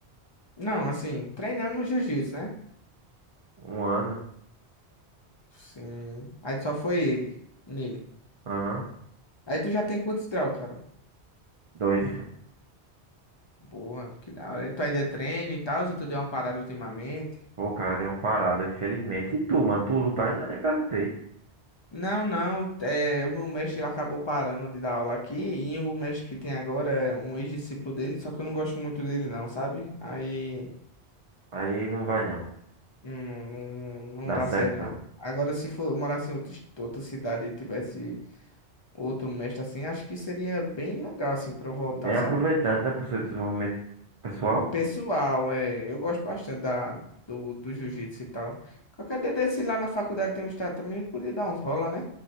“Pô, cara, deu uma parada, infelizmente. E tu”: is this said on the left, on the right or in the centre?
Right